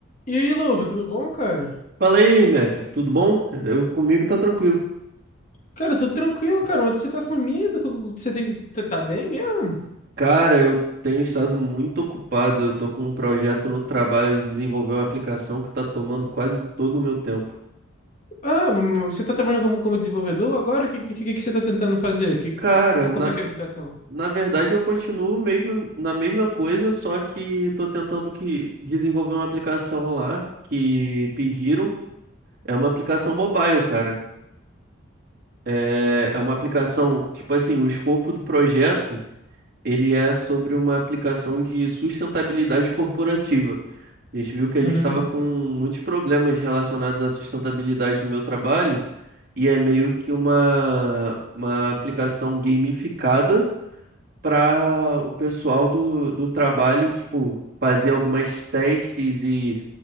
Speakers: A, on the left (about 35°); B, on the right (about 45°).
A: E aí, Louva, tudo bom, cara?
B: Fala aí, Mef, tudo bom? Eu comigo tá tranquilo.
A: Cara, tudo tranquilo, cara, mas você tá sumido? co- Você tem- tá tá bem mesmo?
B: Cara, eu tenho estado muito ocupado. Eu tô com um projeto no trabalho de desenvolver uma aplicação que tá tomando quase todo o meu tempo.
A: Ah, hum, você tá trabalhando como, como desenvolvedor agora? O que, que, que que você tá tentando fazer? Que,
B: Cara,
A: co-
B: na,
A: como é que é a aplicação?
B: na verdade eu continuo mesmo na mesma coisa, só que tô tentando que desenvolver uma aplicação lá que pediram. É uma aplicação mobile, cara. É, é uma aplicação, tipo assim, o escopo do projeto. ele é sobre uma aplicação de sustentabilidade corporativa. A gente viu que a gente
A: Uhum.
B: estava com muitos problemas relacionados à sustentabilidade no meu trabalho, e é meio que uma, uma aplicação gamificada para o pessoal do, do trabalho, tipo, fazer algumas tasks e